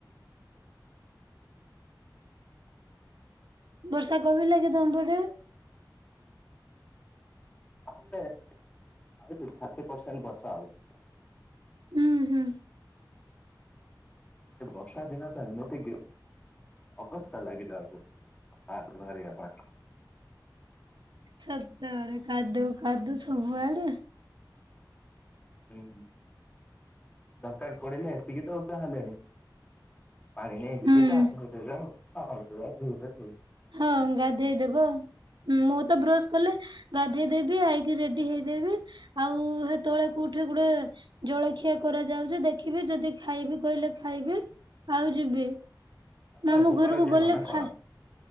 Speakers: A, on the right; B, on the left.
A: ବର୍ଷା କମିଲାକି ତମପଟେ?
B: ଆଉ ଗୋଟେ ଆଉଚି ଥାର୍ଟି ପରସେଣ୍ଟ ବଛା ହଉଚି।
A: ହୁଁ ହୁଁ
B: ଏ ବର୍ଷାଦିନଟା ଏମିତି କି ଅବସ୍ତା ଲାଗି ଯାଉଚି। ବାହାର କୁ ବାହାରିଆ ପା।
A: ସତରେ କାଦୁଅ କାଦୁଅ ସବୁଆଡେ।
B: ହୁଁ ଦରକାର ପଡିଲେ ଏତିକି ତ ଉଦା ହେଲେଣି। ପାଣି ନେଇଯିବିତ
A: ହୁଁ
B: <unintelligible>
A: ହଁ ଗାଧେଇଦବ। ମୁଁ ତ ବ୍ରସ୍ କଲେ ଗାଧେଇଦବି ଆଇକି ରେଡି ହେଇଦେବି। ଆଉ ହେତବେଳେ କୋଉଠି ଗୋଟେ ଜଳଖିଆ କରି କରାଯାଉଛି ଦେଖିବି ଯଦି ଖାଇବି କହିଲେ ଖାଇବେ ଆଉ ଯିବେ।
B: ଆଉ କଣ
A: ମାମୁଁ
B: ଭୋକରେ
A: ଘରକୁ
B: ଯିବ
A: ଗଲେ
B: ନା
A: ଖାଏ।
B: କଣ